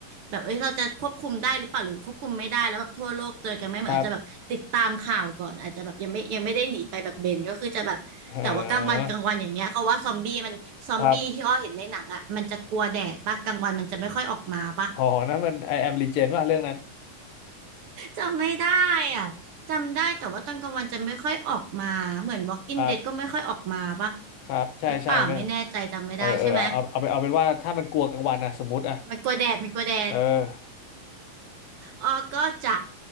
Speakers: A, on the right; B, on the left.
A: แบบเอ้ยเราจะควบคุมได้หรือเปล่าหรือควบคุมไม่ได้แล้วแบบทั่วโลกเจอกันไหมเหมือนอาจจะแบบติดตามข่าวก่อนอาจจะแบบยังไม่ยังไม่ได้หนีไปแบบเบนก็คือจะแบบแต่ว่ากลางวันกลางวันอย่างเงี้ยเขาว่าซอมบี้มันซอมบี้ที่อ้อเห็นในหนังอะมันจะกลัวแดดปะกลางวันมันจะไม่ค่อยออกมาปะ
B: ครับเออครับอ๋อนั่นมัน I am legend ว่าเรื่องนั้น
A: จำไม่ได้อ่ะจำได้แต่ว่าตอนกลางวันจะไม่ค่อยออกมา เหมือน Walking
B: ครับ
A: Dead ก็ไม่ค่อยออกมาปะ
B: ครับใช่ใช่ไหม
A: หรือเปล่าไม่แน่ใจจำไม่ได้ใช่ไหม
B: เออเออเอาเอาเอาเป็นเอาเป็นว่าถ้ามันกลัวกลางวันนะสมมติอะ
A: มันกลัวแดดมันกลัวแดด
B: เออ
A: อ๋อก็จะ